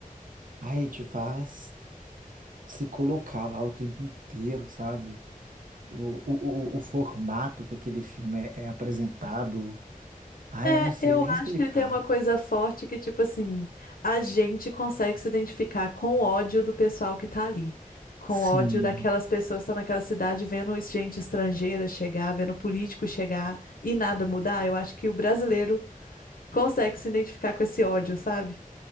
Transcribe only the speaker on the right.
Ah, ele te faz se colocar lá o tempo inteiro, sabe? O, o, o, o formato que aquele filme é, é apresentado. Ah,
eu não sei
nem
explicar.
Sim.